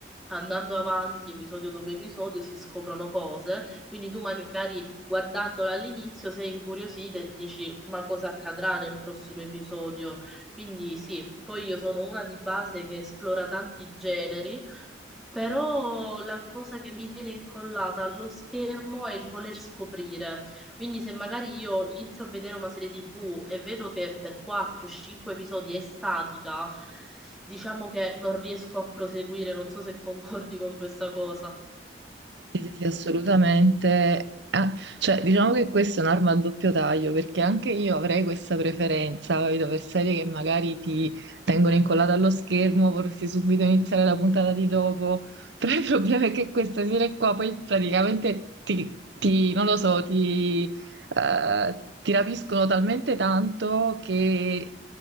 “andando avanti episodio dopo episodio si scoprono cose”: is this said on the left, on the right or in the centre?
Centre